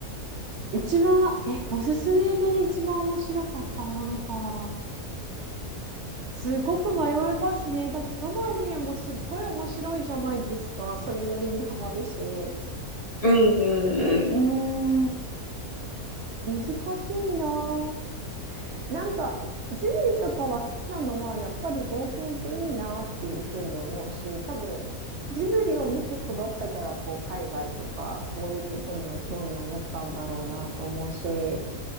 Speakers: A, on the right (about 55°); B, on the left (about 35°).
A: 一番、え、おすすめで一番面白かったものか。すごく迷いますね。だってどのアニメもすっごい面白いじゃないですか。それなりにハマるし。
B: うんうんうん。
A: うーん、難しいなぁ。なんか、ジブリとかは好きなのは、やっぱり冒険っていいなっていうふうに思うし、多分、ジブリを見て育ったから、こう、海外とか、そういうことにも興味を持ったんだろうなと思うし、